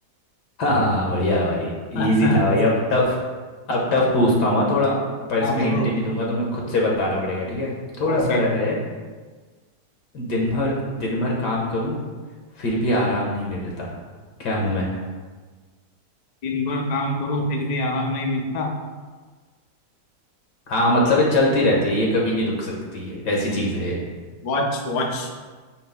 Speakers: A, on the left (about 80°); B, on the left (about 65°).
A: हाँ हाँ बढ़िया भाई
B: हाँ
A: इजी था भाई अब टफ अब टफ पूछता हूँ हाँ, थोड़ा पर इसमें
B: जरूर
A: हिंट नहीं दूंगा तुम्हें खुद से बताना पड़ेगा ठीक है थोड़ा
B: ओके
A: सरल है ये। दिन भर दिन भर काम करूँ फिर भी आराम नहीं मिलता क्या हूँ मैं
B: दिन भर काम करो फिर भी आराम नहीं मिलता
A: हाँ मतलब ये चलती रहती है ये कभी नहीं रुक सकती है ऐसी चीज है ये
B: Watch watch